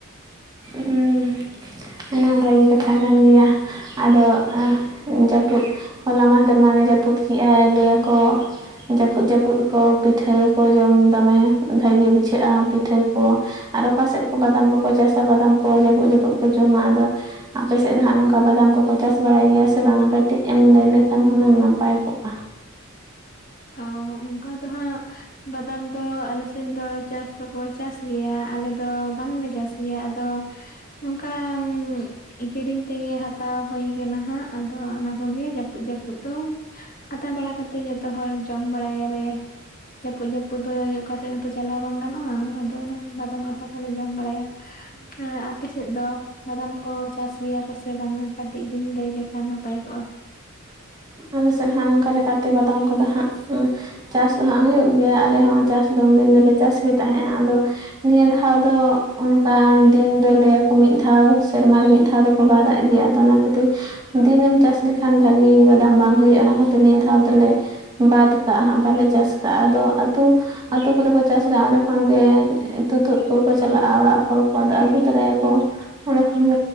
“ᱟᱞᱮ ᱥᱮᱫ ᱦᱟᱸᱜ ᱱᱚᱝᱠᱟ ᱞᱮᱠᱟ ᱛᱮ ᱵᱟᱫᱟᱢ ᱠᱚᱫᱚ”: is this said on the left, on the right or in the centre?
Right